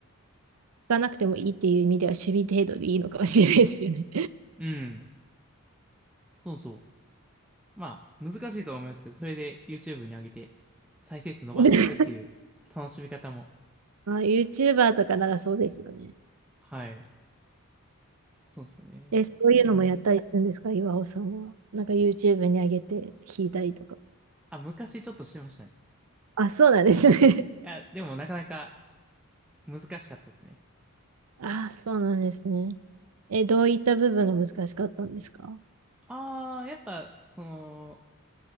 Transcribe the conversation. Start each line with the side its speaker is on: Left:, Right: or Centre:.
Right: 弾かなくてもいいっていう意味では趣味程度でいいのかもしれないですよね。
Centre: うん。そうそう。まあ、難しいとは思いますけど、それで YouTube に上げて、再生数伸ばしていくっていう楽しみ方も。
Right: <laughs> あ、YouTuber とかならそうですよね。
Centre: はい。そうですね。
Right: え、そういうのもやったりするんですか、
Centre: いや、
Right: 岩尾さんは。なんか YouTube に上げて弾いたりとか。
Centre: あ、昔ちょっとしてましたね。
Right: あ、そうなんですね。
Centre: いや、でもなかなか難しかったですね。
Right: <laughs> あ、そうなんですね。え、どういった部分が難しかったんですか
Centre: ああ、やっぱ、その、